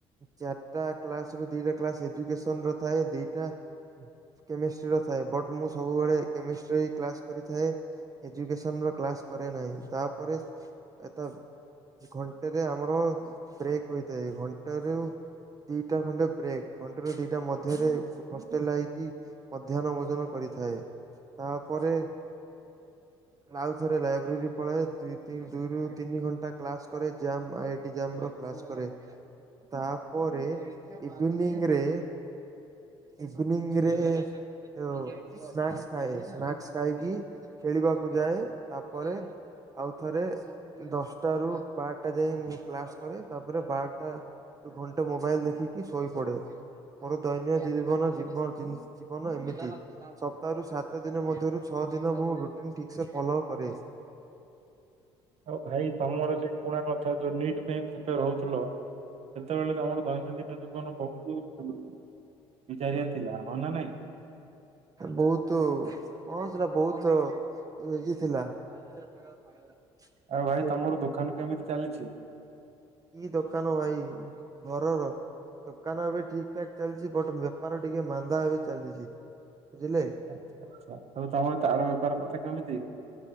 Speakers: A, on the right; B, on the right.
A: ଚାରିଟା କ୍ଲାସ ରୁ ଦିଟା କ୍ଲାସ ଏଜୁକେସନ ର ଥାଏ ଦିଟା କେମିଷ୍ଟ୍ରିର ଥାଏ ବଟ୍ ମୁଁ ସବୁବେଳେ କେମିଷ୍ଟ୍ରି କ୍ଲାସ କରିଥାଏ, ଏଜୁକସନ ର କ୍ଲାସ କରେ ନାହିଁ ତାପରେ ଏ ଘଣ୍ଟାରେ ଆମର ବ୍ରେକ୍ ହୋଇଥାଏ ଘଣ୍ଟା ର ଦିଟା ଖଣ୍ଡେ ବ୍ରେକ୍ ଘଣ୍ଟେ ରୁ ଦିଟା ମଧ୍ୟରେ ହଷ୍ଟେଲ ଆଇକି ମଧ୍ୟାହ୍ନ ଭୋଜନ କରିଥାଏ ତା ପରେ ଆଉ ଥରେ ଲାଇବ୍ରେରୀ ପଳାଏ ଦୁଇ ତି ଦୁଇରୁ ତିନି ଘଣ୍ଟା କ୍ଲାସ କରେ ଯମ୍ ଆ ଜାମ୍ ର କ୍ଲାସ କରେ ତାପରେ ଇଭିନିଂ ରେ ଇଭିନିଂ ରେ ସ୍ନାକ୍ସ ଖାଏ। ସ୍ନାକ୍ସ ଖାଇକି ଖେଳିବାକୁ ଯାଏ ତାପରେ ଆଉଥରେ ଦଶଟା ରୁ ବାରଟା ଯାଇ ମୁଁ କ୍ଲାସ କରେ ତାପରେ ବାରଟା ଘଣ୍ଟେ ମୋବାଇଲ ଦେଖିକି ଶୋଇ ପଡେ। ମୋର ଦୈନ ଦି ଜୀବନ ଜୀବନ ଏମିତି ସ୍ ସାତଦିନ ମଧ୍ୟରୁ ଛଅଦିନ ମୁଁ ରୁଟିନ୍ ଠିକ୍ସେ ଫଲୋ କରେ।
B: ଆଉ ଭାଇ ତମର ଯ ପୁଣା ନଥା ଯୋଉ ନିଟ୍ ପାଇଁ ପ୍ରିପେର ହଉଥିଲ। ସେତେବେଳେ ତ ଆମର ଦୈନନ୍ଦିନ ଜୀବନ ବହୁତ ବିଜାରିଆ ଥିଲା ହ ନା ନାଇଁ
A: ବହୁତ <unintelligible> କନ୍ ସେଡ଼ା ବହୁତ <unintelligible> ଥିଲା। <unintelligible>
B: ଆଉ ଭାଇ
A: ସେଇଟା
B: ତମର ଦୋକାନ କେମିତି ଚାଲିଛି?
A: କି ଦୋକାନ ଭାଇ ଘରର ଦୋକାନ ଏବେ ଠିକ ଠାକ ଚାଲିଛି ବଟ ବେପାର ଟିକେ ମାନ୍ଦା ଏବେ ଚାଲିଛି। ବୁଝିଲେ?
B: ଆଛା ଆଚ୍ଛା ଆଉ ତମର ଚାଉଳ ବେପାର କଥା କେମିତି?